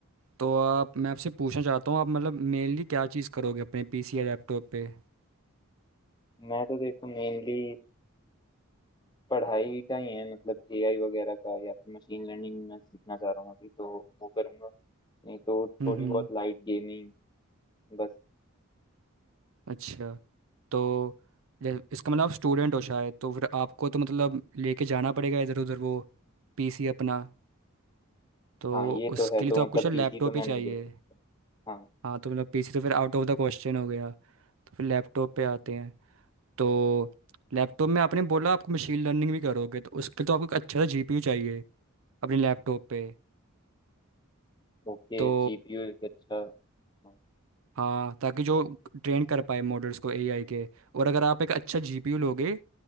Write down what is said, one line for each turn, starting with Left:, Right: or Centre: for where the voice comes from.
Right: तो आप मैं आपसे पूछना चाहता हूँ आप मतलब मेनली क्या चीज़ करोगे अपने पीसी या लैपटॉप पे
Left: मैं तो देखो मेनली पढ़ाई का ही है मतलब एआई वगैरह का या फिर मशीन लर्निंग मैं सीखना चाह रहा हूँ अभी तो वो करूँगा नहीं तो
Right: हम्म
Left: थोड़ी
Right: हम्म।
Left: बहुत लाइट गेमिंग बस
Right: अच्छा तो जै- इसका मतलब आप स्टूडेंट हो शायद तो फिर आपको तो मतलब लेके जाना पड़ेगा इधर उधर वो पीसी अपना तो
Left: हाँ ये
Right: उसके
Left: तो है तो
Right: लिए तो आपको
Left: मतलब
Right: शायद
Left: पीसी
Right: लैपटॉप
Left: तो मैं
Right: ही
Left: नहीं
Right: चाहिए
Left: ले सकता हाँ
Right: हाँ तो मतलब पीसी तो फिर आउट ऑफ द क्वेश्चन हो गया तो फिर लैपटॉप पे आते हैं तो लैपटॉप में आपने बोला आपको मशीन लर्निंग भी करोगे तो उसके लिए तो आपको एक अच्छा सा जीपीयू चाहिए अपने लैपटॉप पे
Left: ओके
Right: तो
Left: जीपीयू एक अच्छा हाँ
Right: हाँ ताकि जो ट्रेन कर पाए मॉडल्स को एआई के और अगर आप एक अच्छा जीपीयू लोगे